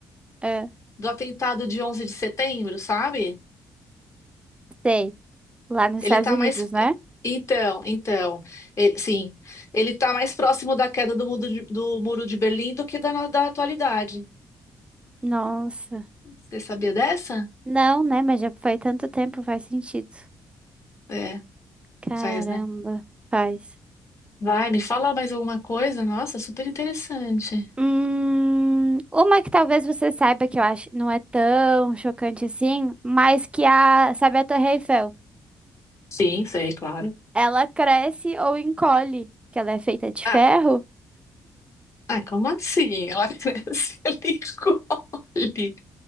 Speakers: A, on the right; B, on the left.
A: É,
B: Do atentado de 11 de setembro, sabe?
A: sei. Lá nos
B: Ele
A: Estados
B: tá
A: Unidos,
B: mais.
A: né?
B: Então, então. e- sim. Ele tá mais próximo da queda do, mundo de- do Muro de Berlim do que da, da atualidade.
A: Nossa.
B: Você sabia dessa?
A: Não, né? Mas já foi tanto tempo, faz sentido.
B: É,
A: Caramba,
B: faz, né?
A: faz.
B: Vai, me fala mais alguma coisa? Nossa, super interessante.
A: Hum, uma que talvez você saiba que eu acho não é tão chocante assim, mas que a, sabe a Torre Eiffel?
B: Sim, sei, claro.
A: Ela cresce ou encolhe, que ela é feita de
B: Ah,
A: ferro.
B: ah, como assim? Ela <laughs> cresce, ela encolhe.